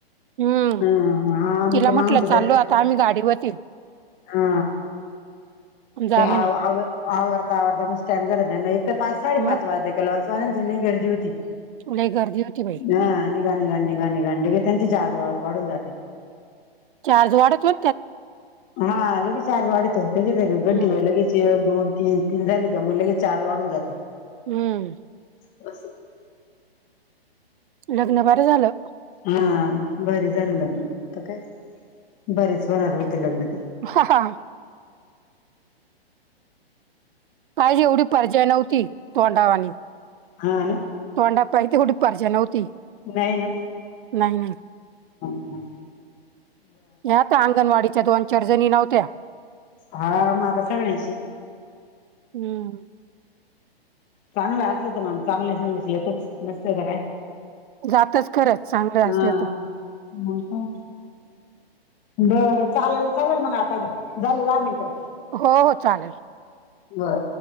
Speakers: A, on the right; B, on the left.
A: हम्म
B: हा हा मग
A: तिला
B: ते मागवत
A: म्हटलं
B: होते
A: चाललू आता आम्ही गाडीवरती
B: हा
A: जा
B: ते आववरता
A: म्हणे
B: आववरता मी स्टँ द एक तर पाच साडेपाच
A: मग
B: वाजे कलावचन झा गर्दी होती.
A: लई गर्दी होती बाई
B: हा निघा निघाान निघा निघाण लगे त्यांचे जा. वाढून जाते.
A: चारज वाढतो.
B: हा लगेच आर्ज वाढतो त्या घंटी
A: हम्म
B: व लगेच दोन तीन तीन झाली का म्हणलंगे चार वाढून जातो.
A: हम्म
B: बसं.
A: लग्न बरं झालं.
B: हा बर झाले लग्न काय बरेच होणार होते लग्नात
A: हा ह. काहीज एवढी परजय नव्हती तोंडावानी
B: हा ना.
A: तंडा पाई ते डी परजन होती
B: नाही ना
A: नाही नाही.
B: हम्.
A: ह्या तर अंगणवाडीच्या दोन चडजणी नव्हत्या.
B: हा मग आता सगळ्यांशी
A: हम्म.
B: चांगलं असल तर मण चांगलं सांगायच येतच नसत तर काय?
A: जातच खरंच चांगलं
B: हा
A: असलं तर.
B: म का? बरं चालेल चालेल मग आता झाले दहा मिनटं
A: हो हो चालेल.
B: बरं.